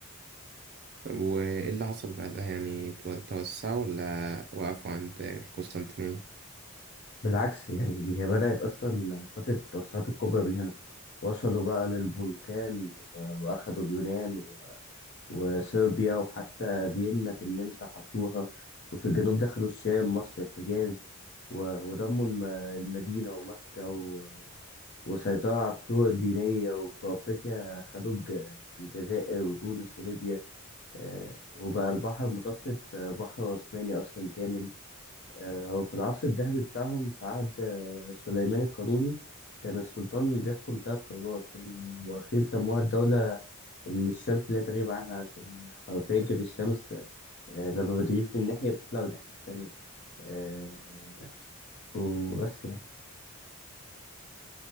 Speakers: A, on the right; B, on the left.
A: وايه اللي حصل بعدها يعني تو- توسعوا ولا وقفوا عند القسطنطينيه
B: بالعكس يعني دي هي بدأت أصلا فترة التوسعات الكبرى من هنا وصلوا بقى للبلقان و- وأخدوا اليونان و- وصربيا وحتى فيينا في النمسا حصوها وفي الجنوب دخلوا الشام مصر الحجاز و- ودموا الم- المدينة ومكة و- وسيطروا على الطرق الدينية وفي أفريقيا خدوا الج- الجزائر وتونس وليبيا آه، وبقى البحر المتوسط آه، بحر عثماني أصلا كامل آه، وفي العصر الذهبي بتاعهم في عهد آه، سليمان القانوني كان السلطان بيحكم تلات قارات فاهم يعني هم أخيرا سموها الدولة اللي الشمس لا تغيب عنها عشان حرفيا كانت الشمس آه، لما بتغيب من ناحية بتطلع من الناحية التانية آه، وبس يعني